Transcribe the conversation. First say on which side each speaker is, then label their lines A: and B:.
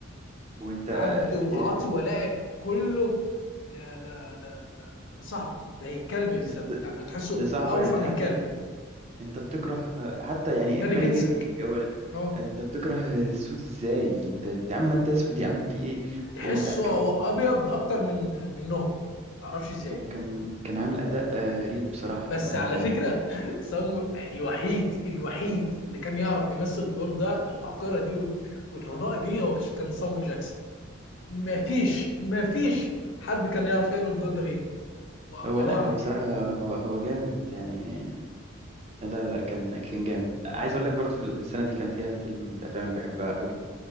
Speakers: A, on the right; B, on the left.
A: وانت آه،
B: عبد وعاطي
A: إيه،
B: ولائك كله لا لا لا لصاحبه زي الكلب بالظبط
A: ل-
B: يعني تحسه
A: لصاحبه
B: اوفى
A: يعني انت
B: من
A: حتى
B: الكلب
A: انت بتكره آه، حتى يعني
B: بيبان
A: بني
B: جنسك
A: جنسك هو
B: اه
A: انت بتكره السود ازاي انت انت يا عم انت اسود يا عم في ايه
B: تحسه
A: هو لا كان
B: هو ابيض اكتر من منهم ما تعرفش ازاي
A: هو كان كان عامل اداء آه، غريب بصراحة
B: بس
A: آه،
B: على فكره <laughs> سامو الوحيد الوحيد اللي كان يعرف يمثل الدور ده بالحقيره دي وال- والرضاء دي هو كان صامويل جاكسون ما فيش ما فيش حد كان يعرف يعمل الدور ده غيره و-
A: هو
B: ورانا
A: لا هو
B: كمان
A: بصراحة هو هو جامد يعني لا لا لا كان كان جامد عايز اقول لك برضو في السنة دي كان فيها فيلم من الافلام اللي بحبها قوي